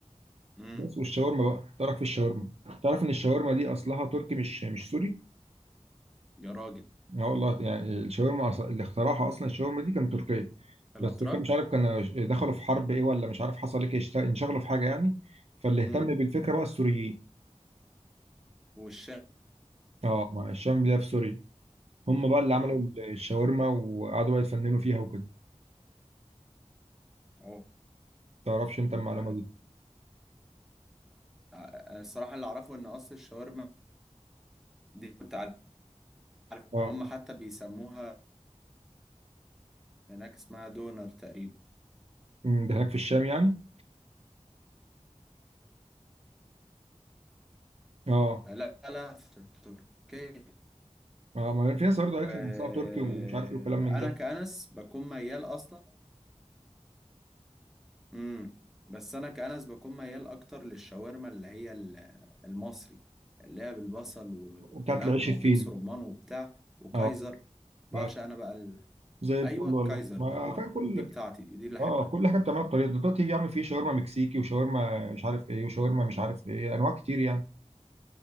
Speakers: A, in the centre; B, on the right.
A: امم
B: بس والشاورما بقى تعرف في الشاورما تعرف ان الشاورما دي اصلها تركي مش مش سوري
A: يا راجل
B: اه والله يعني الشاورما أص- اللي اخترعها اصلا الشاورما دي كانت تركيه
A: الاتراك
B: بس كان مش عارف كان دخلوا في حرب ايه ولا مش عارف حصل ايه اشت- انشغلوا في حاجه يعني فاللي اهتم
A: امم
B: بالفكره بقى السوريين
A: والشارع
B: اه مع الشام اللي هي في سوريا هم بقى اللي
A: امم
B: عملوا الشاورما وقعدوا بقى يتفننوا فيها وكده
A: أو-
B: تعرفش انت المعلومه
A: ال-
B: دي
A: انا الصراحه اللي اعرفه ان قصر الشاورما دي كنت عارف
B: اه
A: ان هم حتى بيسموها هناك اسمها دونر تقريبا
B: أمم، ده هناك في الشام يعني اه
A: لا لا في تركيا
B: اه ما في ناس برضه قالت
A: وانا
B: لي إن ساعه تركي ومش عارف ايه وكلام من ده
A: كأنس بكون ميال اصلا امم بس انا كأنس بكون ميال اكتر للشاورما اللي هي ال- المصري اللي هي بالبصل و-
B: وبتاعت
A: ولحمه
B: العيش الفيني
A: ودبس رمان وبتاع وكايزر
B: اه
A: بعشق
B: ب-
A: انا بقى ال...
B: زي الفل
A: ايوه الكايزر
B: والله ما
A: ده
B: على
A: هو
B: فكره كل
A: دي بتاعتي دي, دي اللي احبها
B: اه آه، كل حاجه بتعملها بطريقه دلوقتي يا عم في شاورما مكسيكي وشاورما مش عارف ايه وشاورما مش عارف ايه انواع كتير